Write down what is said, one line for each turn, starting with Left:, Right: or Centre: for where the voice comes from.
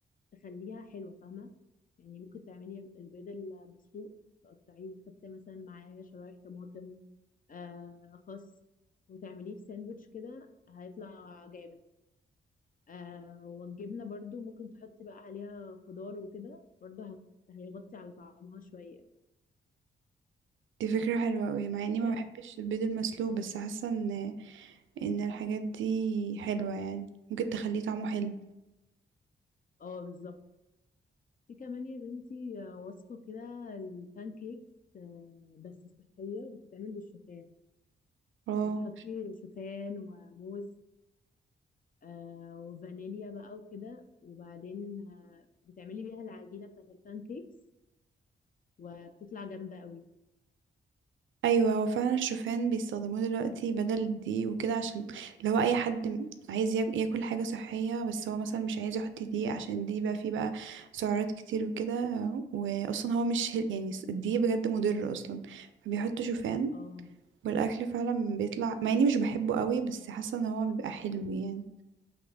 Left: تخليها حلوه فاهمه يعني ممكن تعملي البيض المسلوق تقطعيه وتحطي مثلا معاه شرايح طماطم آه خس وتعمليه في ساندوتش كده هيطلع جامد آه والجبنه برضو ممكن تحطي بقى عليها خضار وكده برضو هت- هيغطي على طعمها شويه
Right: دي فكرة حلوة قوي مع اني
Left: هيك
Right: ما بحبش البيض المسلوق بس حاسة ان ان الحاجات دي حلوة يعني ممكن تخليه طعمه حلو
Left: اه بالظبط في كمان يا بنتي آه، وصفة كده البان كيكس آه، بس صحية بتتعمل بالشوفان
Right: اه
Left: بتحطي شوفان وموز آه، وفانيليا بقى وكده وبعدين آه، بتعملي بيها العجينة بتاعت البان كيكس وبتطلع جامدة قوي
Right: ايوه هو فعلا الشوفان بيستخدموه دلوقتي بدل الدقيق وكده عشان لو اي حد م- عايز ياك- ياكل حاجه صحيه بس هو مثلا مش عايز يحط دقيق عشان الدقيق بقى فيه بقى سعرات كتير وكده واصلا هو مش هيل- يعني س- الدقيق بجد مضر اصلا فبيحط شوفان
Left: اه
Right: والاكل فعلا بيطلع مع اني مش بحبه قوي بس حاسه ان هو بيبقى حلو يعني